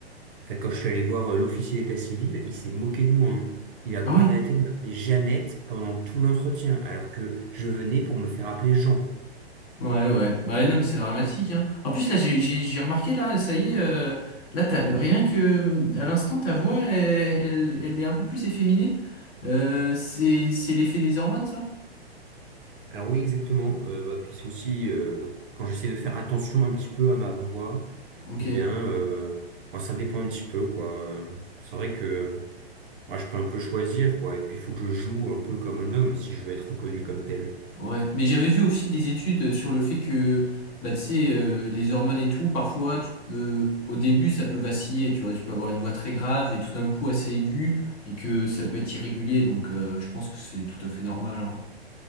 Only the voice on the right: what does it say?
Enfin, quand je suis allé voir euh, l'officier d'état civil, il s'est moqué de moi. hein. Il a pas
arrêté de m'appeler Jeannette pendant tout l'entretien, alors que je venais pour me faire appeler Jean.
Alors oui, exactement. euh, bah, puis c'est aussi euh, quand j'essaie de faire attention un petit peu à ma voix,
ou bien euh, bon, ça dépend un petit peu, quoi. Euh, C'est vrai que moi, je peux un peu choisir, quoi. Et puis il faut que je joue un peu comme un homme si je veux être reconnu comme tel.